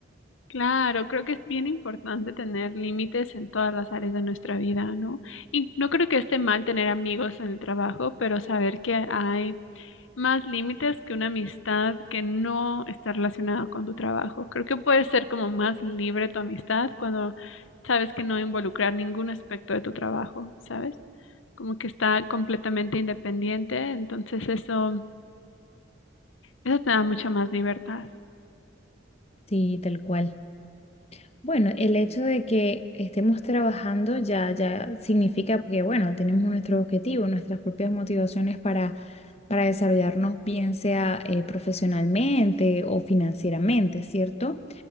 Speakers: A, on the left (about 90°); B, on the left (about 35°).
A: Claro, creo que es bien importante tener límites en todas las áreas de nuestra vida, ¿no? Y no creo que esté mal tener amigos en el trabajo, pero saber que hay más límites que una amistad que no está relacionada con tu trabajo. Creo que puede ser como más libre tu amistad cuando sabes que no involucrar ningún aspecto de tu trabajo, ¿sabes? Como que está completamente independiente, entonces eso, eso te da mucha más libertad.
B: Sí, tal cual. Bueno, el hecho de que estemos trabajando ya, ya significa que, bueno, tenemos nuestro objetivo, nuestras propias motivaciones para, para desarrollarnos, bien sea eh, profesionalmente o financieramente, ¿cierto?